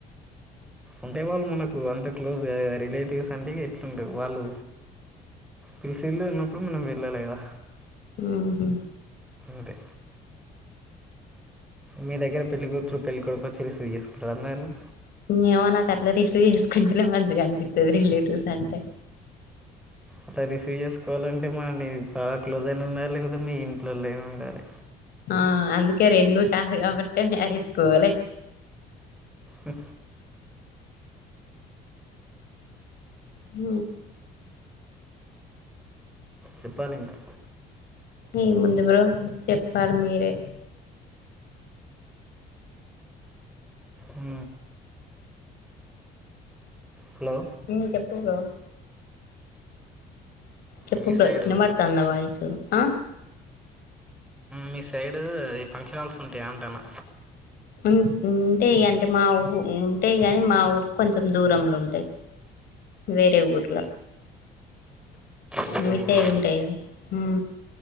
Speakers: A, in the centre; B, on the left.
A: ఉంటే వాళ్ళు మనకు అంత క్లోజ్ రిలేటివ్స్ అంటే ఎట్లుండ వాళ్ళు పిలిసిందే ఉన్నప్పుడు మనం వెళ్ళాలే కదా
B: ఉహు
A: అదే మీ దగ్గర పెళ్లికూతురు పెళ్లికొడుకు వచ్చి రిసీవ్ చేసుకుంటరా అందరిని
B: ఏమో నాకు అట్లా రిసీవ్ చేసుకుంటేనే మంచిగా అనిపితది రిలేటివ్స్ అంటే
A: అట్లా రిసీవ్ చేస్ చేసుకోవాలంటే మనల్ని చాలా క్లోజ్ ఐనా ఉండాలి లేదా మీ ఇంట్లోలైనా ఉండాలి.
B: ఆ అందుకే రెండూ కాదు కాబట్టే మ్యారేజ్కి పోలే
A: ఉ
B: ఉ
A: చెప్పాలింకా
B: ఏముంది బ్రో చెప్పాలి మీరే
A: ఉ హలో
B: ఇంకెప్ పుడు చెప్పు
A: మీ
B: ప
A: సైడు
B: వినపడతందా వాయిసు ఆ
A: మీ సైడు అది ఫంక్షన్ హాల్స్ ఉంటాయా అంటన్న
B: ఉ ఉంటయి అంటే మా ఊ ఉంటయి నీ మా ఊరు కొంచెం దూరంలో ఉంటాయి వేరే ఊర్లో
A: వేరే
B: మీ
A: ఊర్లోనా?
B: సైడ్ ఉంటాయా ఉ